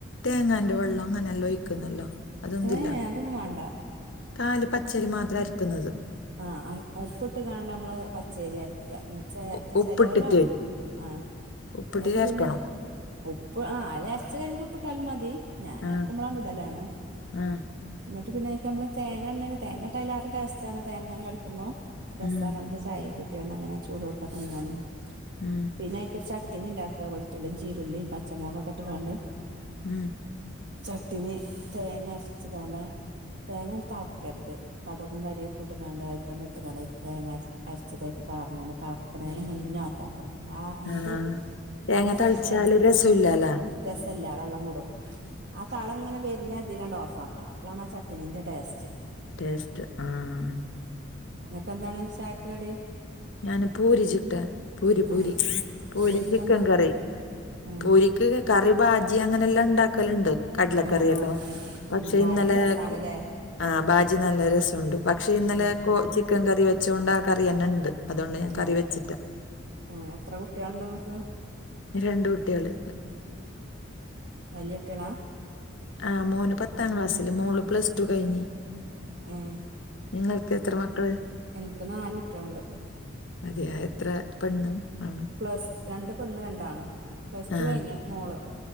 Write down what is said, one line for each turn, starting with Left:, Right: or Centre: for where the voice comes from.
Left: തേങ്ങാന്റെ വെള്ളം അങ്ങനെല്ലോ ഒഴിക്കുന്നല്ലോ അതെന്തില്ല
Right: ഏഹ് അതൊന്നും വാണ്ട
Left: കാല് പച്ചരി മാത്രം അരിക്കുന്നത്
Right: ആഹ് ഉപ്പിട്ട് കാണ്ട് നമ്മള് പച്ചരി അരക്ക ചെ
Left: ഉ- ഉപ്പിട്ടിട്ട്
Right: ചെലോല് ആഹ്
Left: ഉപ്പിട്ടിട്ട്
Right: ഇന്നിട്ട്
Left: അരക്കണം
Right: പിന്നെ ഉപ്പ് ആ അ അരച്ച് കഴിഞ്ഞിട്ട് ഉപ്പിട്ടാലും മതി ഞാൻ
Left: ആ
Right: അരക്കുമ്പോളണ്ട് ഇടലാണ്
Left: ആ
Right: എന്നിട്ട് പിന്നെ അയ്ക്ക് നമുക്ക് തേങ്ങ ഇടണെങ്കിൽ തേങ്ങ ഇട്ട അയിലേറെ ടെസ്റ്റാണ് തേങ്ങ ഇങ്ങനെ കടിക്കുമ്പോ രസാണ്
Left: ഉം
Right: നമുക്ക് ചായ കൂട്ട്യാണ്ട് അങ്ങനെ ചൂടോട്ക്കെ തിന്നാന്
Left: ഉം
Right: പിന്നെ അയിക്കൊരു ചട്നി ഇണ്ടാക്ക വെളുത്തുള്ളിയും ചീരുള്ളിയും പച്ചമുളൊക്കെ ഇട്ട് കാണ്ട്
Left: ഉം
Right: ചട്ടിനി തേങ്ങ അരച്ച്ങ്ങാണ്ട് തേങ്ങ അങ്ങട്ട് തെളക്കെര്ത് കടുകും കറി പുട്ട് കാണ്ട് അയിക്കാണ്ട് ഇട്ട് കാണ്ട് ഇ തേങ്ങര അരച്ചത് അയിക്ക് പാറന്നാണ്ട് തെളക്കണേന്റെ മുന്നേ ഓഫ്‌ ആപ്പാക്കണം. ആഹ് അങ്ങട്ട്
Left: ആ തേങ്ങ
Right: നല്ല
Left: തളിച്ചാല്
Right: ടേസ്റ്റ് ആണ്
Left: രസമില്ലാലാ
Right: രസല്ല വെള്ളം കൂടും ആ തള ഇങ്ങനെ വരുന്ന അതില്ലാണ്ട് ഓഫ് ആക്കണം അപ്പോളാണ് ആ ചട്ടണീന്റെ ടേസ്റ്റ്
Left: ടെസ്റ്റാ ആഹ
Right: ഇങ്ങക്കെന്താണ് ചായക്ക് കടി
Left: ഞാന് പൂരി ചുട്ട പൂരി പൂരി
Right: ഏ
Left: പൂരി
Right: പൂരിക്കെന്താ
Left: ചിക്കൻ കറി
Right: ഏ
Left: പൂരിക്ക് കറി ഭാജി അങ്ങനെല്ലാം ഉണ്ടാക്കലുണ്ട് കടലക്കറി
Right: ആ
Left: എല്ലോ
Right: ആ
Left: പക്ഷെ
Right: ഉം ഭാജി
Left: ഇന്നലെ
Right: രസാണ്ല്ലേ
Left: ആ ബാജി നല്ല രസമുണ്ട് പക്ഷെ ഇന്നലെ
Right: ഉം
Left: ചിക്കൻ കറി വെച്ചുകൊണ്ട് ആ കറി തന്നെ ഉണ്ട് അതുകൊണ്ട് ഞാൻ
Right: ഏഹ്
Left: കറി വെച്ചിട്ട
Right: ഏഹ് എത്ര കുട്ട്യാളുണ്ട് ഇങ്ങക്ക്
Left: രണ്ട് കുട്ട്യാള്
Right: വലിയ കുട്ട്യാളാ
Left: ആഹ് മോന് പത്താം ക്ലാസ്സില് മോള് പ്ലസ്ടു കഴിഞ്ഞ്
Right: ഏഹ്
Left: നിങ്ങൾക്ക് എത്ര മക്കള്
Right: എനിക്ക് നാല് കുട്ടികളുണ്ട്
Left: അതെയാ എത്ര പെണ്ണ് ആണ്
Right: പ്ലസ് രണ്ട് പെണ്ണ് രണ്ട് ആണും പ്ലസ് ടു
Left: ആ
Right: കഴിഞ്ഞു മോള്